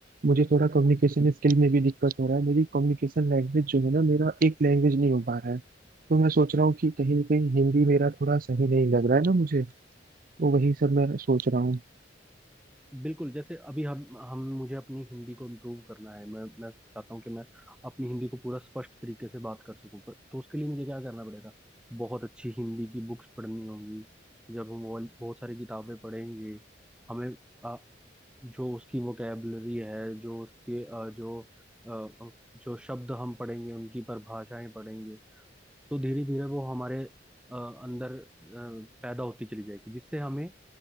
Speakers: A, on the right (about 50°); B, in the centre.
A: मुझे थोड़ा कम्युनिकेशन स्किल में भी दिक्कत हो रहा है मेरी कम्युनिकेशन लैंग्वेज जो है ना मेरा एक लैंग्वेज नहीं हो पा रहा है तो मैं सोच रहा हूँ कि कहीं ना कहीं हिंदी मेरा थोड़ा सही नहीं लग रहा है ना मुझे तो वही सब मैं सोच रहा हूँ
B: बिल्कुल जैसे अभी हम हम मुझे अपनी हिंदी को इम्प्रूव करना है मैं मैं चाहता हूँ कि मैं अपनी हिंदी को पूरा स्पष्ट तरीके से बात कर सकूँ पर तो उसके लिए मुझे क्या करना पड़ेगा बहुत अच्छी हिंदी की बुक्स पढ़नी होंगी जब हम वो बहुत सारी किताबें पढ़ेंगे हमें आ, जो उसकी वोकेबलरी है जो उसके आ, जो आ, जो शब्द हम पढ़ेंगे उनकी परिभाषाएं पढ़ेंगे तो धीरे धीरे वो हमारे आ, अंदर आ, पैदा होती चली जाएगी जिससे हमें